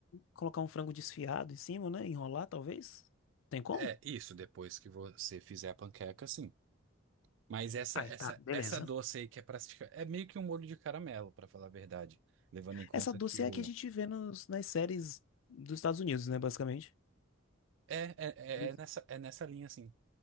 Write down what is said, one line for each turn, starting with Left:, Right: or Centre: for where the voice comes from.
Left: Colocar um frango desfiado em cima, né? Enrolar, talvez. Tem como?
Right: É isso, depois que você fizer a panqueca, sim. Mas essa
Left: Ai,
Right: essa
Left: tá, beleza.
Right: essa doce aí que é pra, é meio que um molho de caramelo, pra falar a verdade, levando em conta
Left: Essa doce
Right: que o
Left: é a que a gente vê nos, nas séries dos Estados Unidos, né? Basicamente.
Right: É, é,
Left: Eles-
Right: é, é nessa, é nessa linha, assim.